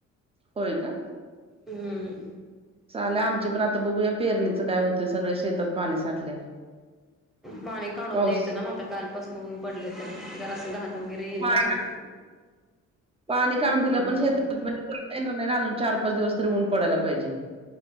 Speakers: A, on the right; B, in the centre.
A: होय का?
B: हम्म.
A: चालु हाय आमचे पण आता बघूया पेरणीचं काय होतंय. सगळ्या शेतात पाणी साठलंय.
B: पाने काढून
A: पाऊस
B: द्यायचं ना मग आता कालपासून ऊन पडलंय तर. जरासं घात वगैरे येईल
A: <unintelligible>
B: ना मग
A: पाणी काढून दिलं
B: हम्
A: पण
B: हम्
A: शेत <unintelligible> येणार नाही ना अजून चार पाच दिवस तरी ऊन पडायला पाहिजे.